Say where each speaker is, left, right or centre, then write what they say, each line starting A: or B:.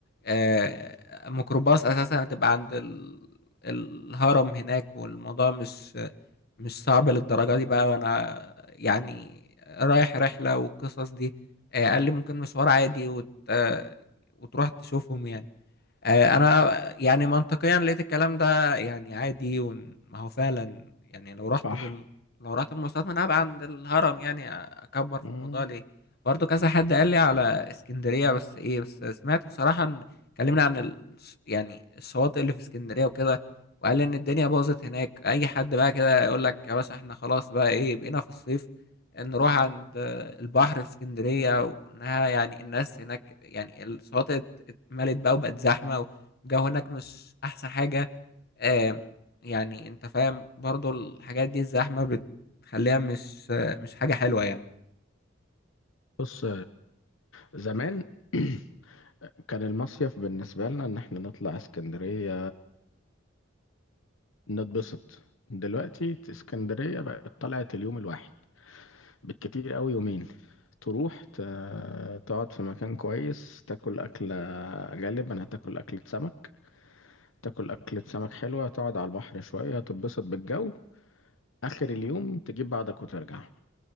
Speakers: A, on the left; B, on the left.
A: آه، ميكروباص اساسا هتبقى عند ال... الهرم هناك والموضوع مش مش صعب للدرجه دي بقى وانا يعني رايح رحله والقصص دي آه، قال لي ممكن مشوار عادي وت... آه، وتروح تشوفهم يعني آه، انا يعني منطقيا لقيت الكلام ده يعني عادي وما هو فعلا يعني لو رحت
B: صح
A: بال... لو رحت بالمواصلات من ابعد عند الهرم يعني اكبر
B: مم.
A: في الموضوع ليه برضو كذا حد قال لي على اسكندرية بس ايه بس سمعت بصراحة ان اتكلمنا عن ال... يعني الشواطئ اللي في اسكندرية وكده وقال لي ان الدنيا باظت هناك اي حد بقى كده يقول لك يا باشا احنا خلاص بقى ايه بقينا في الصيف نروح عند آه، البحر في اسكندرية وانها يعني الناس هناك يعني الشواطئ ملت بقى وبقت زحمة والجو هناك مش أحسن حاجة آم، يعني أنت فاهم برضو الحاجات دي الزحمة بتخليها مش آه، مش حاجة حلوة يعني
B: بص زمان <clears throat> كان المصيف بالنسبة لنا إن إحنا نطلع اسكندرية نتبسط دلوقتي اسكندرية بقت طلعت اليوم الواحد بالكتير قوي يومين تروح ت- تقعد في مكان كويس تاكل أكلة غالبا هتاكل أكلة سمك تاكل أكلة سمك حلوة تقعد على البحر شوية تتبسط بالجو آخر اليوم تجيب بعضك وترجع